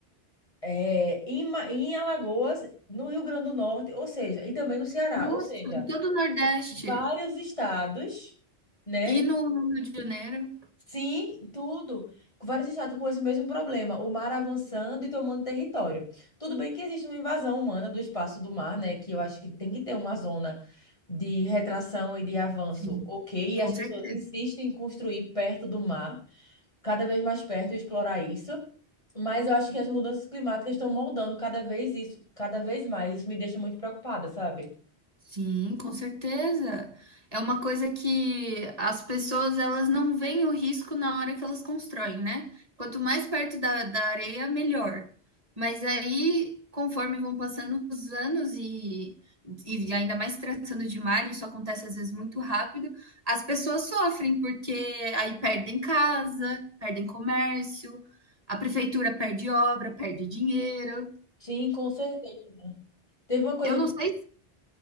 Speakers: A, on the left; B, on the right.
A: é, em, Ma- em Alagoas, no Rio Grande do Norte, ou seja, e também no Ceará,
B: Nossa,
A: ou seja,
B: em todo o Nordeste
A: vários estados, né,
B: e no, no Rio de Janeiro,
A: Sim, tudo. Vários estados com esse mesmo problema, o mar avançando e tomando território. Tudo bem que existe uma invasão humana do espaço do mar, né? Que eu acho que tem que ter uma zona de retração e de avanço,
B: sim,
A: ok? E as
B: com
A: pessoas
B: certeza.
A: insistem em construir perto do mar, cada vez mais perto, e explorar isso. Mas eu acho que as mudanças climáticas estão moldando cada vez isso, cada vez mais. Isso me deixa muito preocupada, sabe?
B: Sim, com certeza. É uma coisa que as pessoas elas não veem o risco na hora que elas constroem, né? Quanto mais perto da, da areia, melhor. Mas aí, conforme vão passando os anos e, e ainda mais tratando de mar, isso acontece às vezes muito rápido, as pessoas sofrem, porque aí perdem casa, perdem comércio, a prefeitura perde obra, perde dinheiro.
A: Sim, com certeza. Teve uma coisa
B: Eu não
A: que
B: sei